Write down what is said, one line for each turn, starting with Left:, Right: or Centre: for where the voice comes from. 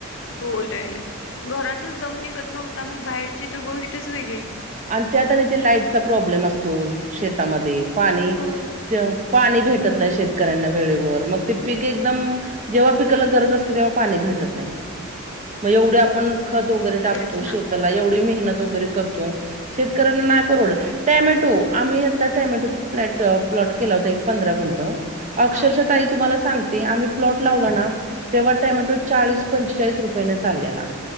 Left: हो लय लय घरातच दम निघत नव्हता मग बाहेरची तर गोष्टच वेगळी
Right: आणि त्यात आणि ते लाईटचा प्रॉब्लेम असतो शेतामध्ये पाणी
Left: हो
Right: पाणी भेटत नाही शेतकऱ्यांना वेळेवर मग ते पीक एकदम जेव्हा पिकाला गरज असते तेव्हा पाणी भेटत नाही मग एवढे आपण खत वगैरे टाकतो
Left: तेच ना
Right: शेताला एवढी मेहनत वगैरे करतो शेतकऱ्यांना नाय परवड टॅमॅटो आम्ही आता टॅमॅटोचा प्लॉट केला होता एक पंधरा गुंटं अक्षरशः
Left: हा
Right: ताई तुम्हाला सांगते आम्ही प्लॉट लावला ना तेव्हा टॅमॅटो चाळीस पंचेचाळीस रुपयने चाललेला